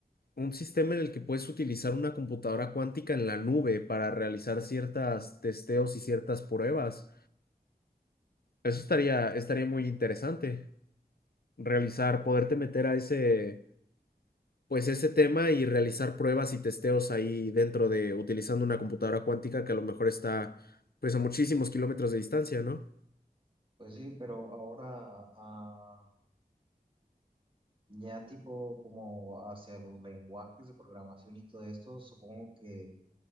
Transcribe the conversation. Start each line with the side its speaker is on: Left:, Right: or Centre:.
Left: un sistema en el que puedes utilizar una computadora cuántica en la nube para realizar ciertas testeos y ciertas pruebas. Eso estaría, estaría muy interesante. realizar, poderte meter a ese, pues ese tema y realizar pruebas y testeos ahí dentro de, utilizando una computadora cuántica que a lo mejor está, pues a muchísimos kilómetros de distancia, ¿no?
Right: Pues sí, pero ahora ah, ya tipo como hacia los lenguajes de programación y todo esto, supongo que